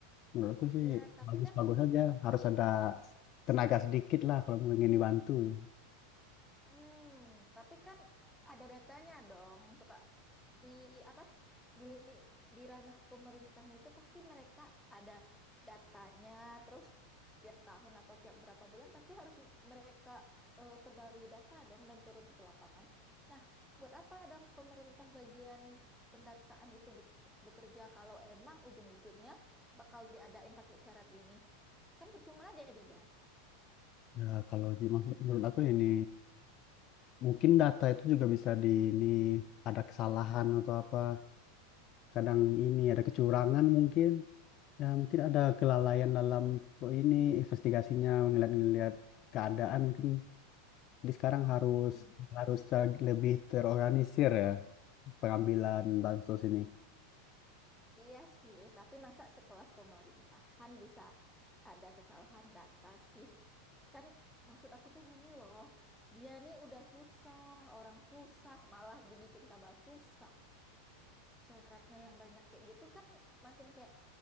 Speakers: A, on the left; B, in the centre.
A: menurutku sih
B: ya tapi
A: bagus-bagus
B: kan
A: aja. Harus ada tenaga sedikit lah kalau ingin dibantu. nih.
B: Hmm, tapi kan ada datanya dong untuk Kak- di apa di lini di ranah pemerintahan itu pasti mereka ada datanya terus tiap tahun atau tiap berapa bulan pasti harus mereka eh, perbarui data dong dan turun ke lapangan. Nah, buat apa dong pemerintah bagian pendataan itu bek- bekerja kalau emang ujung-ujungnya bakal diadain pakai syarat gini? Kan percuma jadinya.
A: Ya kalau dimaksud menurut aku ini Mungkin data itu juga bisa di ini ada kesalahan atau apa. Kadang ini ada kecurangan mungkin. Ya mungkin ada kelalaian dalam oh, ini investigasinya ngeliat-ngeliat keadaan mungkin. Jadi sekarang harus
B: Hmm.
A: harus ter- lebih terorganisir ya pengambilan bansos ini.
B: Iya sih, tapi masa sekelas pemerintahan bisa ada kesalahan data sih? Kan maksud aku tuh gini loh, dia nih udah susah, orang susah, malah dibikin tambah susah. Syaratnya yang banyak kayak gitu kan makin kayak,